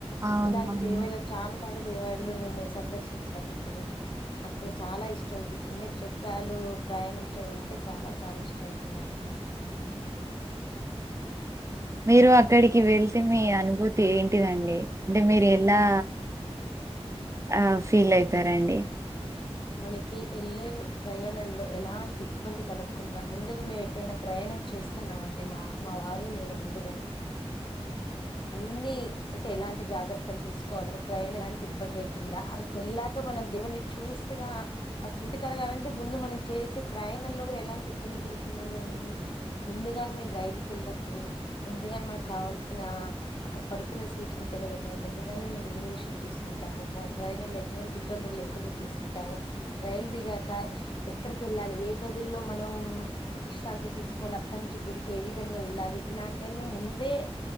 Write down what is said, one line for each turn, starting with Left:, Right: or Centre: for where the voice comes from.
Right: అవునండి
Left: ఇలాంటి దేవలు చాలా చాలా దేవలాయలు నేను సందర్శించానండి నాకు చాలా ఇష్టం అండి పుణ్యక్షేత్రం త్రాలు ప్రయాణించడం అంటే చాలా చాలా ఇష్టం అండి నాకు
Right: మీరు అక్కడికి వెళ్తే మీ అనుభూతి ఏంటిదండి అంటే మీరు ఎలా ఆ ఫీల్ అవుతారండి
Left: మనకి వెళ్ళే ప్రయాణంలో ఎలాంటి ఇబ్బంది కలగకుండా ముందుగా మే ఎటైనా ప్రయాణం చేస్తున్నాంటే మా మావారు నేను ముందుగా అన్ని అంటే ఎలాంటి జాగ్రత్తలు తీసుకోవాలని ప్రయాణం ఎలాంటి ఇబ్బంది లేకుండా అ ఎళ్లాక మనం దేవుని చూసిన ఆ త్రుటి కరగాలంటే ముందు మనం చేసే ప్రయాణంలో కూడా ఎలాంటి ఇబ్బందులు లేకుండా ఉడాలండీ ముందుగాని మేము రైలుకు వెళ్ళినప్పుడు ముందుగానే మనకు కావల్సిన అక్కడ పడుకునే సీట్లు ఉంటాయి కదండి అయి ముందుగానే మేము రిజర్వేషన్ చేసుకుంటాము ప్రయాణాలు ఎటువంటి ఇబ్బందులు లేకుండా చూసుకుంటాము రైలు దిగాక ఎక్కడికి వెళ్ళాలి ఏ గదుల్లో మనం విశ్రాంతి తీసుకోవాలి అక్కడి నుంచి గుడికి ఏ విధంగా వెళ్ళాలి ఇలాంటిన్నీ ముందే